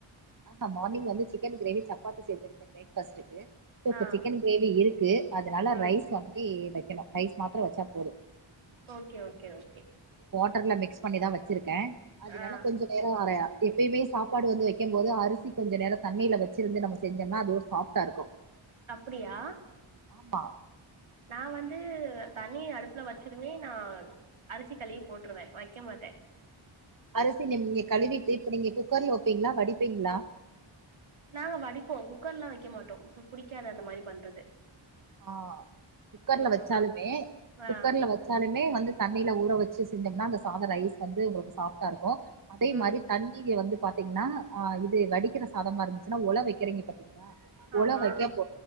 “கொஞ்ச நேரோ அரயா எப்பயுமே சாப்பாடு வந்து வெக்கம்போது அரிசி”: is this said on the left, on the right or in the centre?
Right